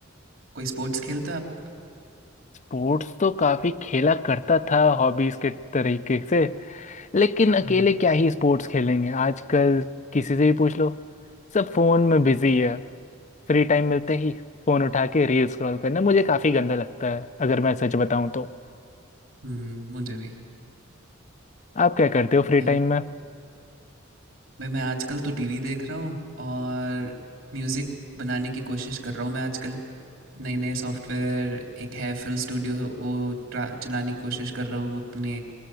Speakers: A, on the right (about 70°); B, on the left (about 35°).
A: कोई स्पोर्ट्स खेलते हो आप
B: स्पोर्ट्स तो काफी खेला करता था हॉबीज के तरीके से लेकिन अकेले
A: हम्म
B: क्या ही स्पोर्ट्स खेलेंगे आजकल किसी से भी पूछ लो सब फोन में बिजी है फ्री टाइम मिलते ही फोन उठा के रील स्क्रॉल करना मुझे काफी गंदा लगता है अगर मैं सच बताऊं तो
A: हम्म, मुझे भी
B: आप क्या करते हो फ्री
A: मैं
B: टाइम में
A: भाई मैं आजकल तो टीवी देख रहा हूँ और म्यूज़िक बनाने की कोशिश कर रहा हूँ मैं आजकल नए नए सॉफ्टवेयर एक है फिल स्टूडियो वो ट्रा- चलाने की कोशिश कर रहा हूँ अपने